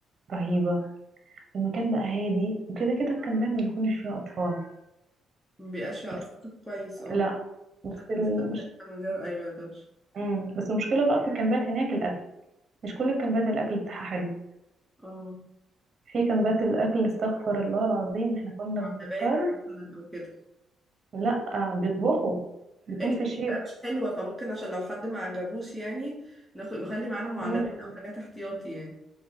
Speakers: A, on the right (about 45°); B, in the centre.
A: رهيبه المكان بقى هادي وكده كده الكامبات ما بيكونش فيها اطفال
B: مبيبقاش فيها اطفال
A: بس
B: كويس اه
A: لا بس
B: نستمتع
A: المش...
B: من غير ايوه دوشه
A: مم. بس المشكلة بقى في الكامبات هناك الأكل مش كل الكامبات الأكل بتاعها حلو
B: اه
A: في كامبات الأكل استغفر الله العظيم احنا كنا
B: معلبات
A: بنضطر
B: مثلا او كده
A: لا بيطبخوا بيكون
B: التريك
A: في شيف
B: بقى مش حلوه فممكن عشان لو حد ما عجبوش يعني ناخد نخلي معانا معلبات
A: مم.
B: او حاجات احتياطي يعني